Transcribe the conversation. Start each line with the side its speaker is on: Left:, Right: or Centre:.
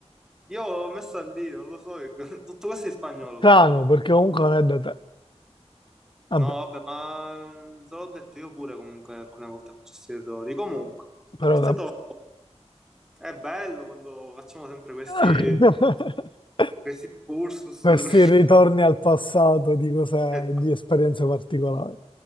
Centre: io l'ho messa lì, non lo so, che- <laughs> tutto questo è in spagnolo
Left: Strano,
Centre: ovviamente.
Left: perché comunque non è da te. Vabbè,
Centre: No, vabbè, ma te l'ho detto io pure comunque alcune volte faccio questi errori, comunque,
Left: però
Centre: è stato...
Left: vabbè.
Centre: È bello quando facciamo sempre questi...
Left: <laughs>
Centre: Questi excursus,
Left: Questi
Centre: <laughs>
Left: ritorni al passato di cose,
Centre: esatto,
Left: di esperienze particolari.